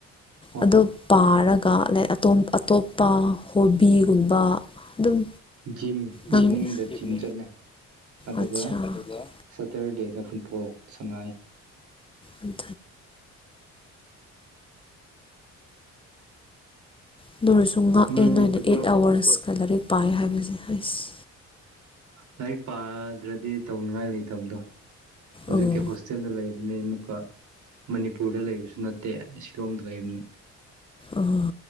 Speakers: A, on the right (about 70°); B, on the left (about 15°).
A: ꯍꯣꯏ
B: ꯑꯣ ꯄꯥꯔꯒ ꯀꯂꯦ ꯑꯇꯣꯞꯄ ꯍꯣꯕꯤꯒꯨꯝꯕ ꯑꯗꯨꯝ
A: ꯖꯤꯝ
B: ꯅꯪ
A: ꯏꯚꯤꯅꯤꯡꯗ
B: ꯑꯠꯆꯥ
A: ꯖꯤꯝ ꯆꯠꯂꯦ ꯑꯗꯨꯒ
B: ꯑꯠꯆꯥ
A: ꯁꯇꯔꯗꯦꯗ ꯐꯨꯠꯕꯣꯜ ꯁꯅꯥꯏ
B: ꯑꯝ ꯑꯗꯨ ꯑꯣꯏꯔꯁꯨ ꯉꯥꯛꯑꯦ
A: ꯃꯔꯛ
B: ꯑꯣꯏꯅ
A: ꯃꯔꯛꯇ ꯑꯩꯈꯣꯏ
B: ꯑꯩꯠ ꯑꯋꯥꯋꯔꯁ ꯂꯥꯏꯔꯤꯛ ꯄꯥꯏ ꯍꯥꯏꯕꯁꯦ ꯑꯩꯁ
A: ꯂꯥꯏꯔꯤꯛ ꯄꯥꯗ꯭ꯔꯗꯤ ꯇꯧꯅꯉꯥꯏ ꯂꯩꯇꯕꯗꯣ ꯍꯧꯖꯤꯛꯇꯤ
B: ꯎꯝ
A: ꯍꯣꯁꯇꯦꯜꯗ ꯂꯩꯕꯅꯤ ꯑꯃꯨꯛꯀ ꯃꯅꯤꯄꯨꯔꯗ ꯂꯩꯕꯁꯨ ꯅꯠꯇꯦ ꯁꯤꯂꯣꯝꯗ ꯂꯩꯕꯅꯤ
B: ꯎꯝ